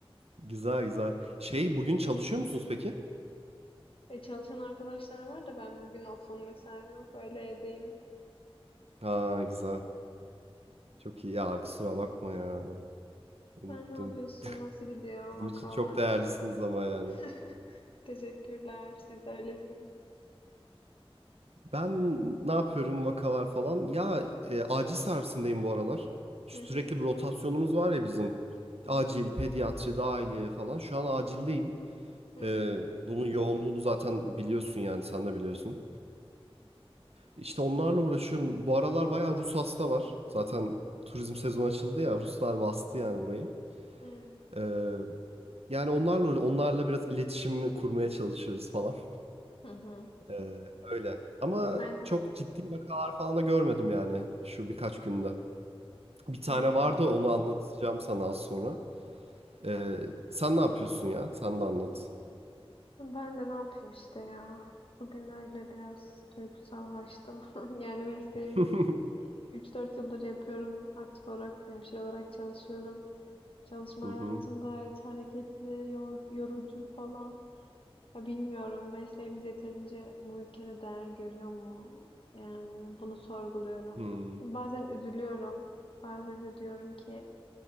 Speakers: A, on the right; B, on the left.
A: Güzel güzel. Şey bugün çalışıyor musunuz peki?
B: E, çalışan arkadaşlar var da ben bugün ofum mesaim yok. Öyle evdeyim.
A: Ha güzel. Çok iyi. Ya kusura bakma ya. Unuttum.
B: Sen ne yapıyorsun? Nasıl gidiyor?
A: Bizim
B: Vakalar
A: için çok değerlisiniz
B: falan.
A: ama yani.
B: <laughs> Teşekkürler. Siz de öylesiniz.
A: Ben ne yapıyorum vakalar falan. Ya e, acil servisindeyim bu aralar. Şu
B: Hı hı.
A: sürekli bir rotasyonumuz var ya bizim.
B: Hı
A: Acil,
B: hı.
A: pediatri, dahiliye falan. Şu an acildeyim.
B: Hı
A: E,
B: hı.
A: bunun yoğunluğunu zaten biliyorsun yani sen de biliyorsun. İşte onlarla uğraşıyorum. Bu aralar bayağı Rus hasta var. Zaten turizm sezonu açıldı ya. Ruslar bastı yani burayı.
B: Hmm.
A: E, yani onlarla onlarla biraz iletişim kurmaya çalışıyoruz falan.
B: Hı hı.
A: Ee, öyle. Ama
B: Aynen.
A: çok ciddi vakalar falan da görmedim yani şu birkaç günde. Bir tane
B: Aynen.
A: vardı onu anlatacağım sana az sonra. Ee, sen ne yapıyorsun ya? Sen de anlat.
B: Ben de ne yapayım işte ya. Bugün öyle biraz duygusallaştım. <laughs> Yani mesleğimi
A: <laughs>
B: e, üç dört yıldır yapıyorum. Aktif olarak hemşire olarak çalışıyorum. Çalışma
A: Hı
B: hayatım
A: hı.
B: gayet hareketli, yor- yorucu falan. Ya bilmiyorum mesleğimiz yeterince bu ülkede değer görüyor mu? Yani bunu sorguluyorum.
A: Hmm.
B: Bazen üzülüyorum. Bazen de diyorum ki